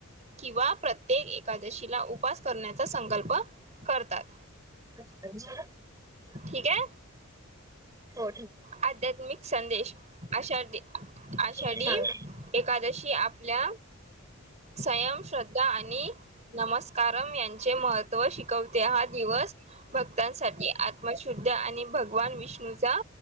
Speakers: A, on the right; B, on the right.
A: किंवा प्रत्येक एकादशीला उपास करण्याचा संकल्प करतात.
B: <unintelligible>
A: ठीक आहे?
B: हो, ठीक आहे.
A: आध्यात्मिक संदेश आषाढी. आषाढी
B: आहे सांगा
A: एकादशी आपल्या स्वयं श्रद्धा आणि नमस्कारम यांचे महत्त्व शिकवते. हा दिवस भक्तांसाठी आत्मशुद्ध आणि भगवान विष्णूचा